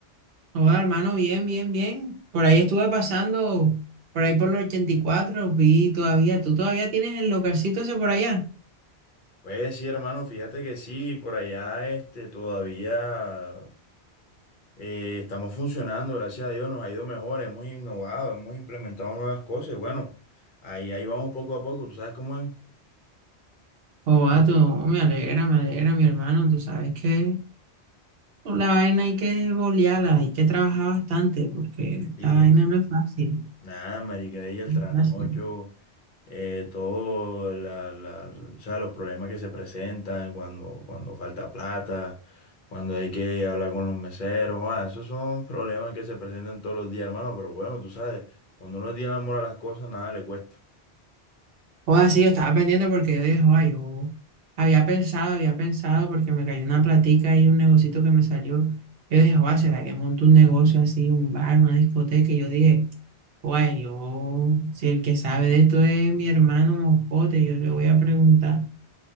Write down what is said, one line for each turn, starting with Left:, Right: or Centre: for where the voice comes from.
Right: Hola, hermano, bien, bien, bien. Por ahí estuve pasando, por ahí por los 84 vi todavía, tú todavía tienes el localcito ese por allá.
Left: Pues sí, hermano, fíjate que sí, por allá este, todavía eh, estamos funcionando, gracias a Dios, nos ha ido mejor, hemos innovado, hemos implementado nuevas cosas. y Bueno, ahí, ahí vamos poco a poco, ¿tú sabes cómo es?
Right: oh Joda, tú, me alegra, me alegra, mi hermano, tú sabes que con la vaina hay que bolearla, hay que trabajar bastante, porque esta
Left: Sí,
Right: vaina
Left: sí.
Right: no es fácil.
Left: Nada, marica, y el trasnocho.
Right: no es fácil.
Left: eh, todo la, la- o sea, los problemas que se presentan cuando, cuando falta plata, cuando hay que hablar con los meseros, ah, esos son problemas que se presentan todos los días, hermano, pero bueno, tú sabes, cuando uno tiene amor a las cosas, nada le cuesta.
Right: O así, yo estaba pendiente porque yo dije, ay, yo había pensado, había pensado porque me cayó una platica y un negocito que me salió. Yo dije, oa, ¿será que monto un negocio así, un bar, una discoteca? Y yo dije, oa, yo, si el que sabe de esto es mi hermano Moscote, yo le voy a preguntar